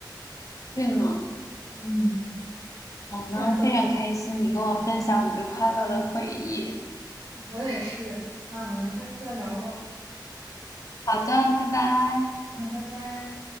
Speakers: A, on the left; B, on the right.
A: 对呢，
B: 嗯，
A: 好呢，
B: 太逗了，
A: 非常开心你跟我分享你对快乐的回忆。
B: 我也是。那我们下次再聊喽。
A: 好的，拜拜。
B: 好，拜拜。